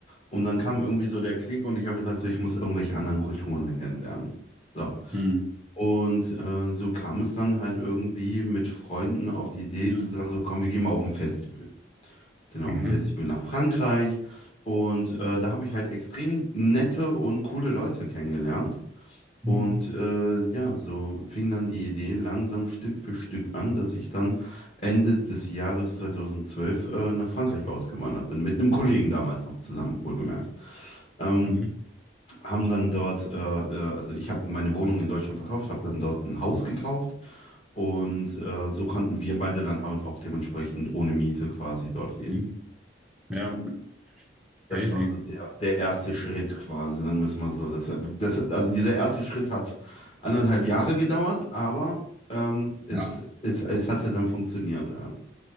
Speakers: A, on the left (about 35°); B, in the centre.
A: und dann kam irgendwie so der Klick und ich habe gesagt, so, ich muss irgendwelche anderen Kulturen kennenlernen. So.
B: hm,
A: Und äh, so kam es dann halt irgendwie mit Freunden auf die Idee
B: Ja,
A: zu sagen, so komm, wir gehen mal auf ein Festival. Sind auf
B: mhm,
A: ein Festival nach Frankreich. Und äh, da habe ich halt extrem nette und coole Leute kennengelernt. Und
B: hm,
A: äh, ja, so fing dann die Idee langsam Stück für Stück an, dass ich dann Ende des Jahres 2012 äh, nach Frankreich ausgewandert bin. Mit einem Kollegen damals noch zusammen, wohlgemerkt. Ähm,
B: mhm,
A: haben dann dort, äh, äh, also ich habe meine Wohnung in Deutschland verkauft, habe dann dort ein Haus gekauft und äh, so konnten wir beide dann halt auch dementsprechend ohne Miete quasi dort leben.
B: hm. Ja,
A: Das
B: crazy.
A: war so der, der erste Schritt quasi, sagen wir es mal so. Das, das, also dieser erste Schritt hat anderthalb Jahre gedauert, aber ähm, es,
B: Ja.
A: es, es hatte dann funktioniert. Ja.